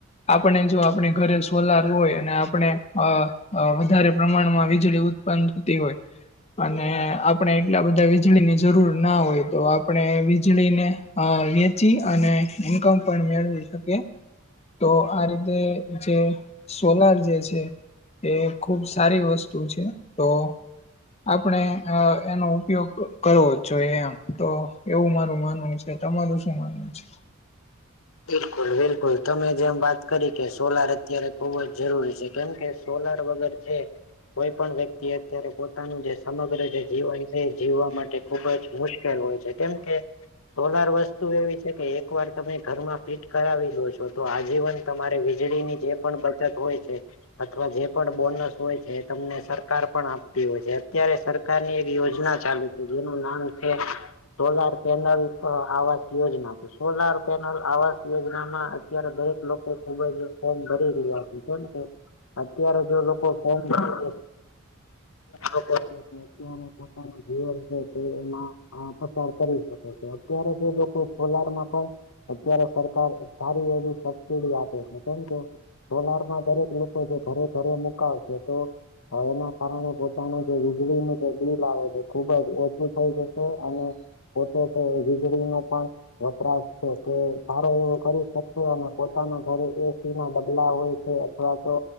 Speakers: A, on the left (about 30°); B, on the left (about 75°).
A: આપણે જો આપણે ઘરે સોલાર હોય, અને આપણે અ અ વધારે પ્રમાણમાં વીજળી ઉ ત્પન થતી હોય. અને આપણે એટલા બધા વીજળીની જરૂર ના હોય તો, આપણે વીજળીને અ વેચી અને ઇન્કમ પણ મેળવી શકીએ. તો આ રીતે જે સોલાર જે છે. એ ખુબ સારી વસ્તુ છે. તો આપણે અ એનો ઉપયોગ કરવો જોઈએ, એમ તો એવું મારુ માનવું છે, તમારું શું માનવું છે?
B: બિલકુલ, બિલકુલ તમે જેમ વાત કરી કે, સોલાર અત્યારે ખુબ જ જરૂરી છે, કેમ કે સોલાર વગર છે, કોઈ પણ વ્યક્તિ અત્યારે પોતાનું જે સમગ્ર જે જીવન છે, એ જીવવા માટે ખુબ જ મુશ્કેલ હોય છે, કેમ કે સોલાર વસ્તુ એવી છે કે, એક વાર તમે ઘરમાં ફિટ કરાવી દો છો, તો આજીવન તમારે વીજળીની જે પણ બચત હોય છે. અથવા જે પણ બોનસ હોય છે, એ તમને સરકાર પણ આપતી હોય છે, અત્યારે સર કારની એક યોજના ચાલુ છે, જેનું નામ છે. સોલાર પેનલ અ આવાસ યોજના તો સોલાર પેનલ આવાસ યોજનામા અત્યારે દરેક લોકો ખુબ જ ફોમ ભરી રહ્યા છે. કેમ કે, અત્યારે જો લોકો ફોર્મ ગરીબ લોકો છે. અત્યારે પોતાનું જીવન છે, તે એમાં અ પસાર કરી શકે છે, અત્યારે જે લોકો સોલારમાં પણ અત્યારે સરકાર સારી એવી સબસડી આપે છે, કેમ કે સોલારમાં દરેક લોકો જે ઘરે ઘરે મુકાવશે તો, હવે એના કારણે પો તાનું જે વીજળી નું જે બિલ આવે છે. ખુબ જ ઓછું થઈ જશે, અને પોતે તે વીજળીનો પણ વપરાશ કે સારો એવો કરી શકશે, અને પોતે પોતાના ઘરે એસીમા બદલાવ હોય છે, અથવા તો